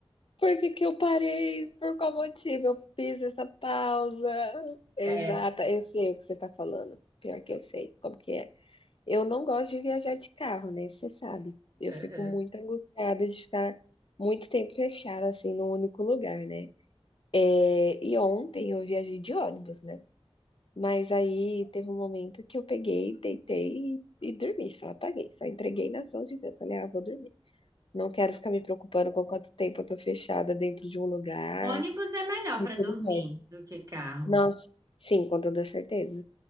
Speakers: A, on the left; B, on the right.
A: Por que que eu parei? Por qual motivo eu fiz essa pausa? Exata,
B: É,
A: eu sei o que você tá falando. Pior que eu sei como que é. Eu não gosto de viajar de carro, né, você sabe. Eu
B: uhum.
A: fico muito angustiada de ficar muito tempo fechada, assim, num único lugar, né. Eh, e ontem eu viajei de ônibus, né, mas aí teve um momento que eu peguei, deitei e e dormi, só apaguei, só entreguei nas mãos de Deus, falei: "Ah, vou dormir. Não quero ficar me preocupando com quanto tempo eu tô fechada dentro de um lugar
B: Ônibus é melhor
A: e
B: para
A: tudo
B: dormir
A: mais".
B: do que carro.
A: Nossa sim, com toda certeza.